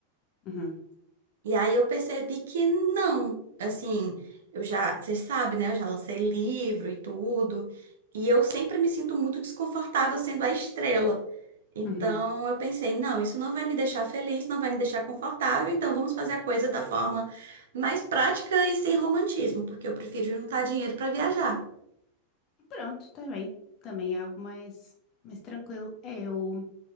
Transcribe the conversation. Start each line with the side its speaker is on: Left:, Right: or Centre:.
Left: Uhum,
Right: E aí eu percebi que não, assim, eu já, vocês sabem, né? Eu já lancei livro e tudo, e eu sempre me sinto muito desconfortável sendo a estrela. Então
Left: uhum.
Right: eu pensei, não, isso não vai me deixar feliz, não vai me deixar confortável, então vamos fazer a coisa da forma mais prática e sem romantismo, porque eu prefiro juntar dinheiro para viajar.
Left: Pronto, tá bem. Também é algo mais, mais tranquilo. É, eu,